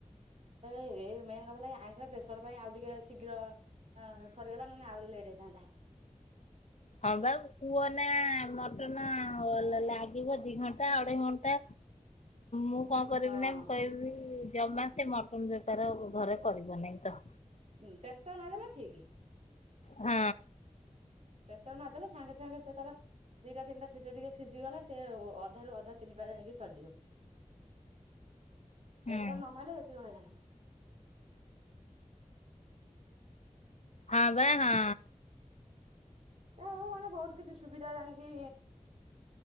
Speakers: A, on the right; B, on the left.
A: ହେଇ ବେ ଏଇ ମେନ୍ କଥା ହେଲା, ଏ ଆଇଁଷ ପାଇଁ ପ୍ରେସର ପାଇଁ ଆଉ ଟିକେ ଶୀଘ୍ର ହଁ ସରିଗଲା ନହେଲେ ଆହୁରି ଲେଟ୍ ହେଇଥାନ୍ତା।
B: ହଁ ବା କୁହନା ମଟନ ଲାଗିବ, ଦି ଘଣ୍ଟା ଅଢେଇ ଘଣ୍ଟା। ମୁଁ କଣ କରିବି
A: ହଁ
B: ନା, ମୁଁ କହିବି ଜମା ସେ ମଟନ୍ ବେପାର ଘରେ କରିବ ନାହିଁ ତ।
A: ଉଁ ପ୍ରେସର୍ ମାରିଦେଲେ ଠିକ୍।
B: ହଁ।
A: ପ୍ରେସର୍ ମାରିଦେଲେ ସାଙ୍ଗେ ସାଙ୍ଗେ ସେ ତାର ଦିଟା ତିନିଟା ସିଟି ଟିକେ ସିଝିଗଲେ, ସେ ଅଧାରୁ ଅଧା ତିନି ପା ଯାଇଁକି ସରିଯିବ,
B: ହୁଁ
A: ପ୍ରେସର ନମାଇଲେ ଯେତିକି ହଇରାଣ।
B: ହଁ ବା ହଁ।
A: ଯା ହଉ ମାନେ ବହୁତ କିଛି ସୁବିଧା ଜାଣିକି